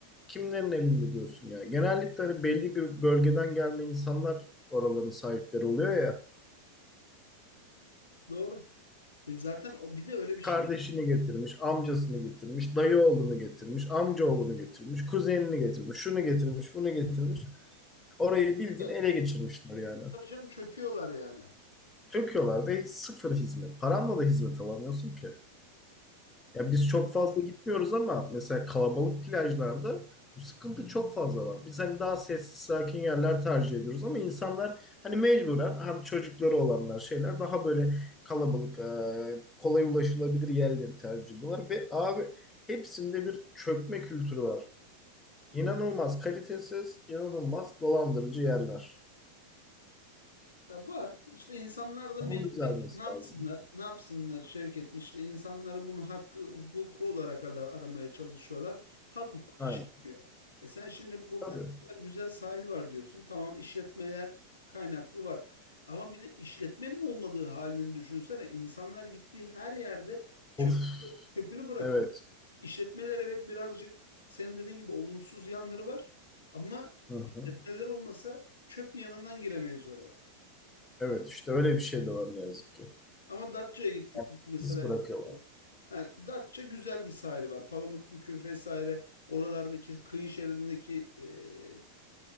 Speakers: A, on the left (about 15°); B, on the left (about 70°).
A: kimlerin elinde diyorsun ya. Genellikle hani belli bir bölgeden gelme insanlar oraların sahipleri oluyor ya.
B: Doğru. E zaten o bir de öyle bir şey.
A: Kardeşini getirmiş, amcasını getirmiş, dayı oğlunu getirmiş, amca oğlunu getirmiş, kuzenini getirmiş, şunu getirmiş, bunu getirmiş. Orayı bildiğin
B: var
A: ele geçirmişler yani.
B: Tabii canım çöküyorlar yani.
A: Döküyorlar ve sıfır hizmet. Paranla da hizmet alamıyorsun ki. Ya biz çok fazla gitmiyoruz ama mesela kalabalık plajlarda bu sıkıntı çok fazla var. Biz hani daha sessiz sakin yerler tercih ediyoruz ama insanlar hani mecburen hem çocukları olanlar şeyler daha böyle kalabalık e, kolay ulaşılabilir yerleri tercih ediyorlar ve abi hepsinde bir çökme kültürü var. İnanılmaz kalitesiz, inanılmaz dolandırıcı yerler.
B: Ya var. İşte insanlar da mecburiyetten
A: Onun düzelmesi
B: ne yapsınlar?
A: lazım.
B: Ne yapsınlar Şevket? İşte insanları bunu hakkı hukuku olarak ara- aramaya çalışıyorlar. Hak hukuk
A: Aynen.
B: işlemiyor. E sen şimdi burada
A: Tabii.
B: ne kadar güzel sahil var diyorsun. Tamam işletmeler kaynaklı var. Ama bir de işletmenin olmadığı halini düşünsene. İnsanlar gittiği her yerde çöp,
A: Of.
B: çöpünü bırakıyor.
A: Evet.
B: İşletmeler evet birazcık senin dediğin gibi olumsuz yanları var. Ama
A: Hı
B: işletmeler
A: hı.
B: olmasa çöp yanından giremeyiz oraya.
A: Evet işte öyle bir şey de var ne yazık ki.
B: Ama Datça'ya gittik
A: Yani
B: mesela.
A: İz bırakıyorlar.
B: Ha, Datça güzel bir sahili var. Palamutbükü vesaire oralardaki kıyı şeridindeki e,